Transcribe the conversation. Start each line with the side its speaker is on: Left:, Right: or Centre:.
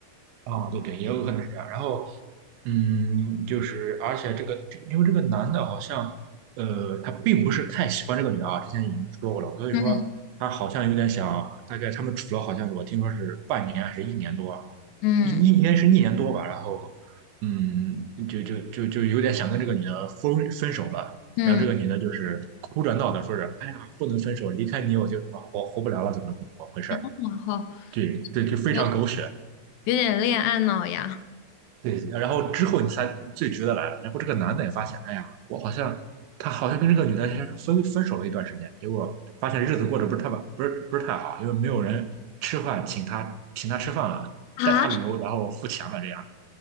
Right: 儿啊？对对，也有可能是这样。然后，嗯，就是而且这个这个因为这个男的好像呃他并不是太喜欢这个女的啊，之前已经说过了，所以说他好像有点想，
Left: 嗯
Right: 大概他们处了好像是我听说是半年还是一年多，
Left: 嗯
Right: 一应应该是一年多吧，然后嗯，就就就就有点想跟这个女的分分手了，
Left: 嗯，
Right: 然后这个女的就是哭着闹着说是哎呀，不能分手，离开你我就什么活活不了了，怎么怎么回事儿
Left: 然后
Right: 对对，就非常狗血。
Left: 有有点恋爱脑呀。
Right: 对，然后之后你才最值得来了然后这个男的也发现，哎呀，我好像他好像跟这个女的先是分分手了一段时间，结果发现日子过得不是太不是不是太好，因为没有人吃饭请他请他吃饭了，
Left: 啊，
Right: 带他旅游，然后付钱了这样。